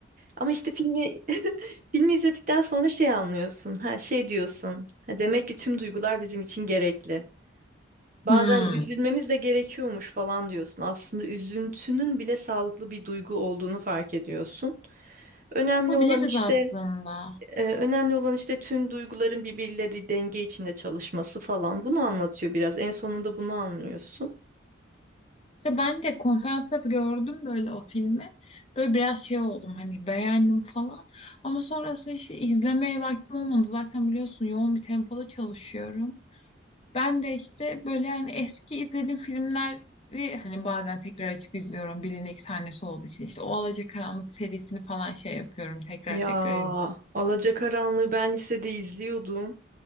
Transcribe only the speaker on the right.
Ama işte filmi <laughs> filmi izledikten sonra şey anlıyorsun. Ha şey diyorsun. Ha, demek ki tüm duygular bizim için gerekli. Bazen
üzülmemiz de gerekiyormuş falan diyorsun. Aslında üzüntünün bile sağlıklı bir duygu olduğunu fark ediyorsun. Önemli
olan işte
e, önemli olan işte tüm duyguların birbiriyle bir denge içinde çalışması falan. Bunu anlatıyor biraz. En sonunda bunu anlıyorsun.
Ya
Alacakaranlığı ben lisede izliyordum.